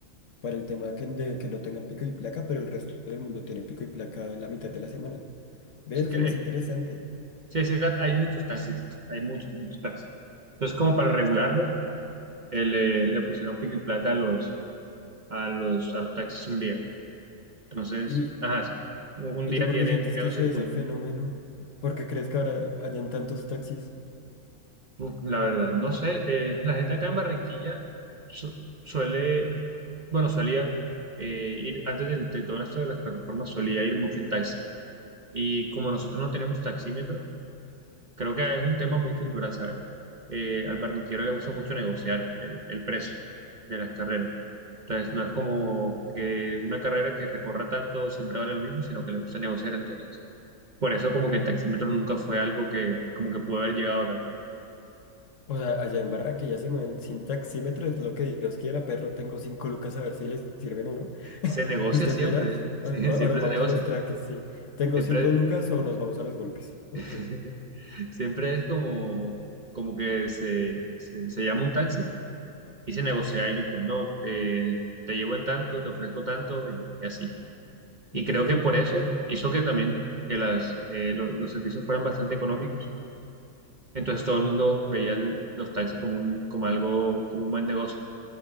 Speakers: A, on the left (about 60°); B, on the right (about 35°).
A: para el tema que, de que no tengan pico y placa, pero el resto del mundo tiene pico y placa la mitad de la semana. Ve,
B: días.
A: Eso es más interesante.
B: Sí, sí, hay muchos taxis, hay muchos, muchos taxis. Entonces, como para regularlo, eh, le, le pusieron pico y placa a los, a los, a los taxis un día. Entonces,
A: ¿Y,
B: ajá, sí, un, un
A: y
B: día
A: tú por
B: tiene,
A: qué sientes
B: un día
A: que
B: no
A: se
B: circula.
A: ese fenómeno? ¿Por qué crees que ahora hayan tantos taxis?
B: Uf, La verdad, no sé, eh, la gente acá en Barranquilla su- suele, bueno, solía eh, ir, antes del, de todo esto de las plataformas, solía ir mucho en taxi. Y como nosotros no tenemos taxímetro, creo que es un tema muy cultural, ¿sabes? Eh, al barranquero le gusta mucho negociar eh, el precio de las carreras. Entonces, no es como que una carrera que recorra tanto siempre vale lo mismo, sino que le gusta negociar entonces. Por eso como que el taxímetro nunca fue algo que como que pudo haber llegado acá.
A: O sea, allá en Barranquilla ya se mueven sin taxímetro, es lo que Dios quiera, perro, tengo cinco lucas a ver si les sirven o no.
B: Se
A: <laughs>
B: negocia
A: Usted
B: siempre,
A: verá,
B: <laughs>
A: o,
B: sí,
A: o-
B: siempre
A: o nos vamos
B: se negocia.
A: a los traques, sí. Tengo
B: Siempre,
A: cinco lucas o nos vamos a los golpes. Ok.
B: <laughs> siempre es como, como que se, se, se llama un taxi y se negocia ahí mismo. No, Eh, te llevo en tanto, te ofrezco tanto y, así. Y
A: Ve,
B: creo que por
A: curioso.
B: eso hizo que también que las, eh, lo- los servicios fueran bastante económicos Entonces todo el mundo veía el- los taxis como un, como algo, como un buen negocio.